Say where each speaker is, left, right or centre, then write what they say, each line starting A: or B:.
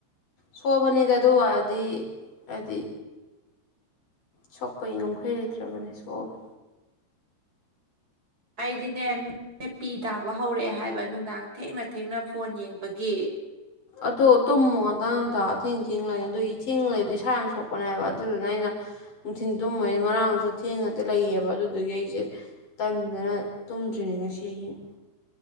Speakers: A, on the left (about 50°); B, on the right (about 20°).
A: ꯁꯣꯄꯅꯤ ꯇ ꯑꯗꯨ ꯑ ꯑ ꯍꯥꯏꯗꯤ ꯁꯣꯛꯄꯒꯤ ꯉꯝꯈꯩ ꯂꯩꯇ꯭ꯔꯕꯅꯦ ꯁꯣꯛꯎ
B: ꯑꯩꯗꯤꯅꯦ ꯃꯤꯦ ꯄꯤ ꯇꯥꯕ ꯍꯧꯔꯛꯑꯦ ꯍꯥꯏꯕ ꯅꯨꯡꯗꯥꯡ ꯊꯦꯡꯅ ꯊꯦꯡꯅ ꯐꯣꯟ ꯌꯦꯡꯕꯒꯤ
A: ꯑꯗꯣ ꯇꯨꯝꯃꯨ ꯉꯇ ꯉꯗ ꯑꯊꯦꯡ ꯊꯦꯡ ꯂꯩ ꯑꯗꯨꯏ ꯊꯦꯡꯡꯂ ꯂꯩꯗꯣ ꯏꯁꯥ ꯌꯥꯝ ꯁꯣꯛꯄꯅꯦꯕ ꯑꯗꯨꯗꯨꯅ ꯑꯩꯅ ꯅꯨꯡꯊꯤꯜ ꯇꯨꯝꯃꯣꯏꯅꯤ ꯉꯔꯥꯡꯁꯨ ꯊꯦꯡꯅꯇ ꯂꯩꯌꯦꯕ ꯑꯗꯨ ꯑꯗꯨꯒꯤ ꯑꯩꯁꯦ ꯇꯟꯗꯅ ꯇꯨꯝꯗ꯭ꯔꯤꯅꯤ ꯉꯁꯤ ꯑꯍꯤꯡ